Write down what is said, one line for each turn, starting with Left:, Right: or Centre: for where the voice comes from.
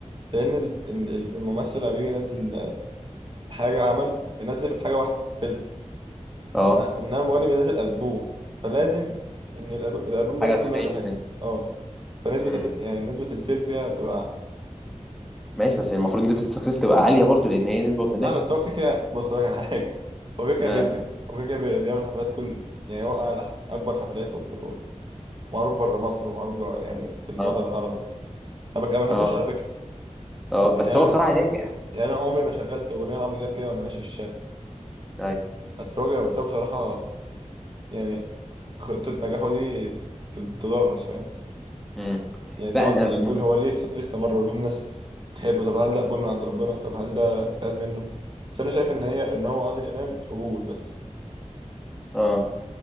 Right: لان ال- ال- ال- الممثل لما بيجي ينزل حاجه عمل بينزل بحاجه واحده فيلم
Centre: اه
Right: إن- انما المغني بينزل البوم فلازم ان الألب- الالبوم ده
Centre: حاجه
Right: مش
Centre: تخيش
Right: كله هيبقى حلو
Centre: من
Right: اه فنسبه
Centre: مم.
Right: ال... يعني نسبه الفيل فيها بتبقى
Centre: ماشي بس المفروض نسبه السكسس تبقى عاليه برضو لان هي نسبه وتناسب
Right: لا بس هو كده كده بص هقول لك على حاجه هو كده كده
Centre: اه
Right: بينجح هو كده كده بي- بيعمل حفلات كل يعني هو أعلى ح- اكبر حفلات وك- و- ومعروف بره مصر ومعروف جوه يعني في الوطن
Centre: اه
Right: العربي انا بك- أنا ما بحبوش
Centre: اه
Right: على فكره
Centre: اه بس
Right: يعني انا
Centre: هو بصراحه ناجح
Right: يعني انا عمري ما شغلت اغنيه لعمرو دياب كده وانا ماشي في الشارع
Centre: ايوه
Right: بس هو بس هو بصراحه يعني خطة نجاحه دي ت- تدرس فاهم
Centre: مم.
Right: يعني
Centre: لا
Right: تقعد
Centre: انا
Right: بقى
Centre: بال...
Right: تقول هو ليه ليه استمر وليه الناس تحبه طب هل ده قبول من عند ربنا طب هل ده اجتهاد منه بس انا شايف ان هي ان هو عادل امام قبول بس
Centre: اه